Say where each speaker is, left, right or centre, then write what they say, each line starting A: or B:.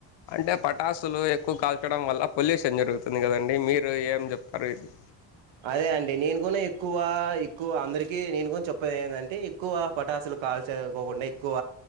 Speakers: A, on the left; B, on the right.
A: అంటే పటాసులు ఎక్కువ కాల్చడం వల్ల పొల్యూషన్ జరుగుతుంది కదండి మీరు ఏం చెప్తారు ఇది
B: అదే అండి నేను కూడా ఎక్కువ ఎక్కువ అందరికీ నేను కూడా చెప్పేది ఏంటంటే, ఎక్కువ పటాసులు కాల్చదుకోకుండా ఎక్కువ